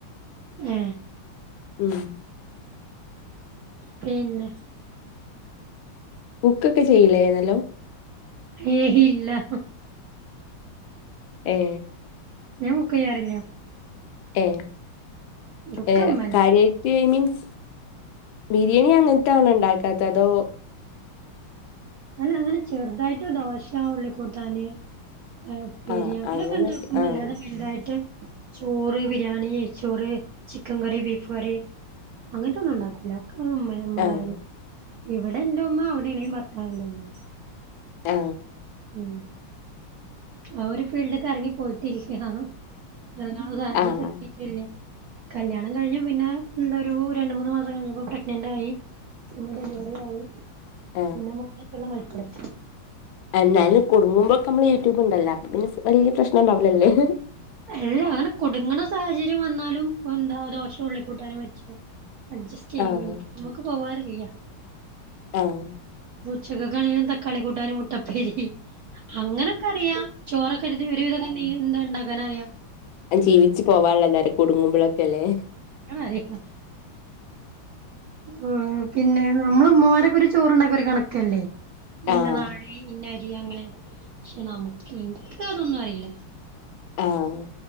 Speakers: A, on the right; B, on the left.
A: ഏ
B: ഉം
A: പിന്നെ
B: കുക്കൊക്കെ ചെയ്യിലേ നല്ലോം
A: ഹേ ഇല്ല
B: ഏ
A: ഞാൻ ബുക്കെയ്യാറില്ല
B: ഏഹ്
A: ഇതൊക്കെ
B: ഏഹ്
A: ഉമ്മന്നെ
B: കാര്യായ്‌ട്ട് മീൻസ് ബിര്യാണി അങ്ങൻത്തെ ആണോ ണ്ടാക്കാത്തെ അതോ
A: അല്ല അങ്ങനെ ചെർതായ്ട്ട് ദോശാ ഉള്ളിക്കൂട്ടാന് ഉപ്പേരി
B: ആഹ്
A: അങ്ങനെയൊക്കെ
B: അങ്ങനൊക്കെ
A: ഉണ്ടാക്കും
B: ആഹ്
A: അല്ലാതെ വലുതായിട്ട് ചോറ് ബിരിയാണി നെയ്ചോറ് ചിക്കൻ കറി ബീഫ് കറി അങ്ങൻത്തെ ഒന്നും ഉണ്ടാക്കൂല ഒക്കെ മെ മാരൻ
B: ആഹ്
A: ഇവിടെ എന്റെ ഉമ്മ അവിടെണെ ഭർത്തവിന്റെ ഉമ്മ
B: ഏ
A: ഉം ആ ഒരു ഫീൽഡക്ക് എറങ്ങി പോയിട്ടില്ലാ എറങ്ങാള്ള സാഹചര്യത്തി
B: ആഹ്
A: ല്ല കല്യാണം കഴിഞ് പിന്നെ എന്താ ഒരു രണ്ട് മൂന്ന് മാസം കഴിഞ്ഞപ്പോ പ്രഗ്നന്റ് ആയി പിന്നെ ഡെലിവറി ആയി
B: ആഹ്
A: പിന്നെ മോളേറ്റുള്ള മത്സരം
B: എന്നാലും കുടുങ്ങുമ്പൊക്കെ അമ്മള് യൂട്യൂബ് ഉണ്ടല്ലോ അപ്പൊ പിന്നെ വല്യ പ്രശ്നം ഉണ്ടാവുലല്ലേ
A: അല്ല അങ്ങനെ കുട്ങ്ങ്ണ സാഹചര്യം വന്നാലും എന്താ ദോഷം ഉള്ളി കൂട്ടാനും വെച്ച് അഡ്ജസ്റ്റ് ചെയ്യും
B: ആഹ്
A: മീറ്റ്മ്മക്ക് പോവാറില്ല
B: ആഹ്
A: കൊർച്ചൊക്കെ കയ്ഞ്ഞാ തക്കളി കൂട്ടാനും മുട്ടപ്പേരി അങ്ങനൊക്കെ അറിയാ ചോറൊക്കാെര്ത് <unintelligible> ഒരുവിതൊക്കെ നീ എന്താണ്ടാക്കാന അറിയാം
B: ജീവിച്ച് പോവാൻള്ളതറിം കുടുങ്ങുമ്പളെക്കെല്ലേ
A: ആഹ് മാറിക്കും ഉം പിന്നെ നമ്മളെ മ്മമാരൊക്കെ ഒര് ചോറ്ണ്ണെക്കെ ഒര് കണക്കല്ലേ ഇന്ന
B: ആഹ്
A: നാഴി ഇന്ന അരി അങ്ങനെ പക്ഷെ നമുക്ക് ഇൻക്കതൊന്നും അറീലാ
B: ആഹ്